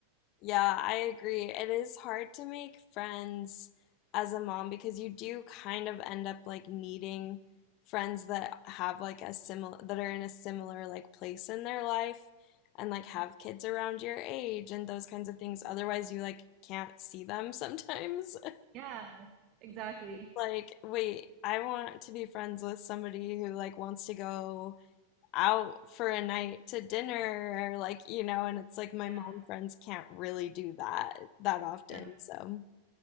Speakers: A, on the left; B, on the right.
A: Yeah, I agree. It is hard to make friends as a mom because you do kind of end up like needing friends that have like a similar that are in a similar like place in their life and like have kids around your age and those kinds of things. Otherwise, you like can't see them sometimes. <laughs>
B: <laughs> yeah, exactly.
A: Like, wait, I want to be friends with somebody who like wants to go out for a night to dinner, or like, you know, and it's like my
B: Yeah.
A: mom friends can't really do that that often.
B: yeah.
A: So.